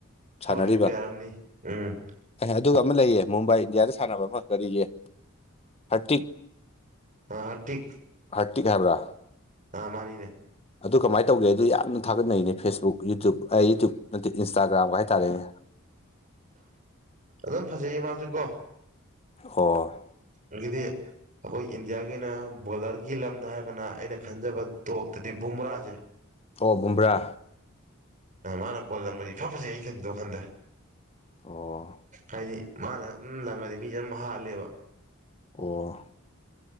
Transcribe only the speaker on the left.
ꯁꯥꯟꯅꯔꯤꯕ
ꯑꯦ ꯑꯗꯨꯒ ꯑꯃ ꯂꯩꯌꯦ ꯃꯨꯝꯕꯥꯏ ꯏꯟꯗꯤꯌꯥꯗ ꯁꯥꯟꯅꯕ ꯑꯃ ꯀꯔꯤꯒꯤ ꯊꯥꯔꯇꯤꯛ
ꯍꯥꯏꯔꯇꯤꯛ ꯍꯥꯏꯕ꯭ꯔꯥ
ꯑꯗꯨ ꯀꯃꯥꯏꯅ ꯇꯧꯒꯦ ꯑꯗꯨ ꯌꯥꯝꯅ ꯊꯥꯒꯠꯅꯩꯅꯦ ꯐꯦꯁꯕꯨꯛ ꯌꯨꯇ꯭ꯌꯨꯞ ꯑꯩ ꯌꯨꯇ꯭ꯌꯨꯞ ꯅꯠꯇꯦ ꯏꯟꯁꯇꯥꯒ꯭ꯔꯥꯝ ꯍꯥꯏꯇꯥꯔꯦꯅꯦ
ꯑꯣ
ꯑꯣ ꯕꯨꯝꯕ꯭ꯔꯥ
ꯑꯣ
ꯑꯣ